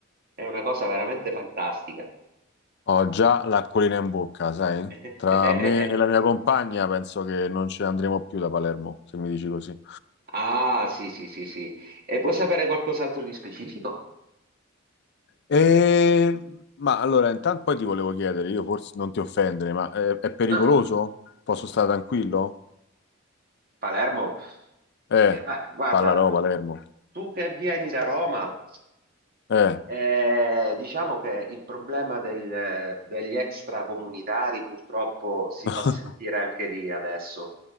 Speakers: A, on the right; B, on the left.
A: È una cosa veramente fantastica.
B: Ho già l'acquolina in bocca, sai?
A: <laughs>
B: Tra me e la mia compagna penso che non ce ne andremo più da Palermo, se mi dici così.
A: Ah, sì, sì, sì, sì. E vuoi sapere qualcos'altro di specifico?
B: Eh, ma allora, intanto poi ti volevo chiedere, io forse non ti offendere, ma eh, è pericoloso?
A: No,
B: Posso stare tranquillo?
A: Palermo.
B: Eh,
A: Eh, ma guarda,
B: Pallarò,
A: tu,
B: Palermo.
A: tu che vieni da Roma.
B: Eh.
A: Eh, diciamo che il problema del- degli extracomunitari purtroppo si
B: <laughs>
A: fa sentire anche lì adesso,